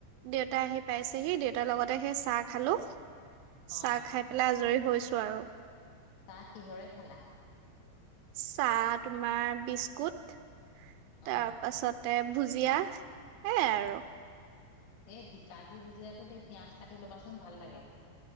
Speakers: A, on the right; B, on the left.
A: দেউতা আহি পাইছেহি, দেউতাৰ লগতে সেই চাহ খালোঁ।
B: অ
A: চাহ খাই পেলাই আজৰি।। হৈছো আৰু
B: চাহ কিহৰে খালাঁ?
A: চাহ তোমাৰ বিস্কুট।
B: অ
A: তাৰ পাছতে ভুজিয়া। হে আৰু
B: এই বিকাজী ভুজিয়াটোতে পিঁয়াজ কাটি লবাচোন ভাল লাগে।